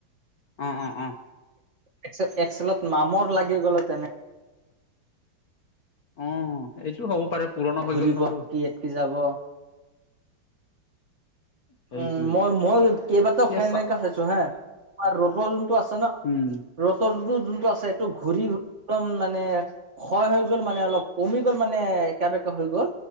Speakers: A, on the left; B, on the right.
A: অঁ অঁ অঁ।
B: এক্স এক্সলেত মামৰ লাগি গ'ল তেনেক-
A: অঁ এইটো হ'ব পাৰে। পুৰণা হৈ
B: ঘুৰিব
A: গ'ল ন আৰু
B: কি একটি যাব।
A: সেইটোই
B: উম মই মই কেইবাটাও
A: এতিয়া
B: ফেন
A: চা
B: এনেকে চাইছো হাঁ আ ৰ'টৰ যোনটো আছে ন
A: উম
B: ৰ'টৰ যো যোনটো আছে এইটো ঘূৰি একদম মানে ক্ষয় হৈ গ'ল মানে অলপ কমি গ'ল মানে একা বেকা হৈ গ'ল।